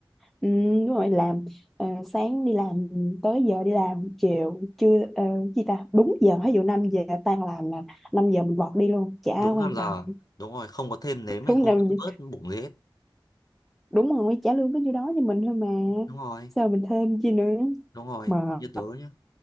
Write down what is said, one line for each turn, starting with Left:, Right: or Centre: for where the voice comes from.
Centre: Ừ, đúng rồi làm ờ, sáng đi làm tới giờ đi làm chiều trưa chưa gì ta đúng giờ ví dụ 5 giờ tan làm là 5 giờ mình vọt đi luôn chả
Left: đúng
Centre: quan
Left: năm giờ
Centre: tâm
Left: đúng rồi không có thêm
Centre: <laughs>
Left: nếm hay
Centre: đúng
Left: không
Centre: năm
Left: có
Centre: giờ.
Left: bớt bụng gì hết
Centre: đúng rồi trả lương có nhiêu đó cho mình thôi mà
Left: đúng rồi
Centre: sao mình thêm chi nữa
Left: đúng rồi
Centre: mà
Left: như tớ nhá